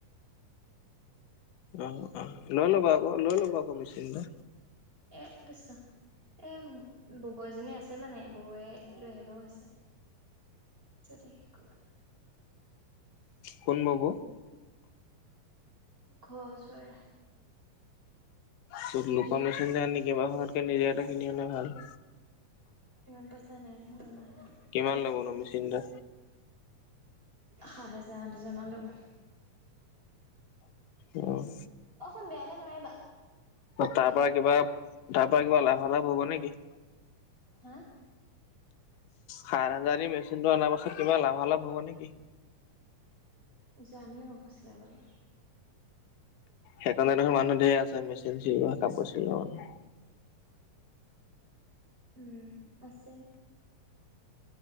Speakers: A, on the left; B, on the right.
A: অ, অ, লৈ ল'বা আকৌ লৈ ল'বা আকৌ মেচিন এটা।
B: এ কৃষ্ণ এ ববৈ এজনী আছে মানে বৈয়ে লৈ আহিব গৈছে। যদি শিকো মানে।
A: কোন বাব
B: ঘৰ ওচৰে।
A: ত, লোকৰ মেচিন আনি কেইবাখনতকে নিজে এটা কিনি অনাই ভাল
B: ইমান পইচা নাই নহয় আমাৰ হাতত
A: কিমান ল'ব ন মেচিনটো
B: সাত হাজাৰ আঠ হাজাৰ মান লব।
A: অ',
B: সোন বেয়ালে নামাইবা
A: তাৰ পৰা কিবা তাৰ পৰা কিবা লাভালাভ হব নেকি?
B: হাঁ
A: সাত হাজাৰ মেচিনটো অনাৰ পাছত কিবা লাভালাভ হব নেকি।
B: জানি ও আকৌ চিলাবলে।
A: সেইকাৰণে দেখোন মানুহ ধেই আছে মেচিন চিলোৱা কাপোৰ চিলোৱা মানুহ।
B: উম, আছে।